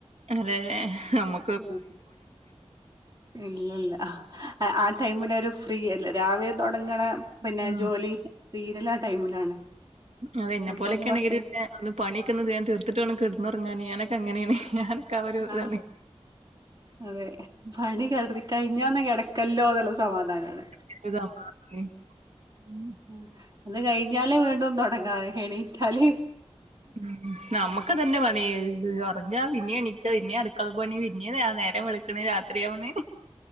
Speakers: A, on the right (about 80°); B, on the right (about 40°).
A: അതെന്നെ ഹമു
B: <unintelligible> ഇല്ലല്ല. അ ടൈമിലൊരു ഫ്രീ അല്ലേ രാവിലെ തുടങ്ങ്ണ പിന്നെ
A: ആഹ്
B: ജോലി തീരല് ആ ടൈമിലാണ്.
A: അതെ ഇന്നെ
B: അപ്പൊ
A: പോലൊക്കേണെങ്കില്
B: ഒന്ന് ഭക്ഷണം
A: പിന്നെ ഒന്ന് പണിക്കൊന്ന് വേം തീർത്തിട്ട് വേണം കെട്ന്നൊർങ്ങാന് ഞാനൊക്കെ അങ്ങനേണെ. <unintelligible> ഒരുതാണ്.
B: ആഹ് അതെ. പണി കട്തി കഴിഞ്ഞാ ഒന്ന് കെടക്കല്ലോ ന്ന്ള്ള സമാധാനാണ്.
A: <unintelligible>
B: ആഹ് അത് കഴിഞ്ഞാലേ വീണ്ടും തുടങ്ങാ എണീറ്റാല്.
A: ഉം നമുക്ക് ഇതന്നെ പണി. ഇത് ഒറങ്ങാ പിന്നി എണീക്കാ പിന്നി അടുക്കള പണി പിന്നി നെ നേരം വെള് ക്ക്ണ് രാത്രിയാവ്ണ്.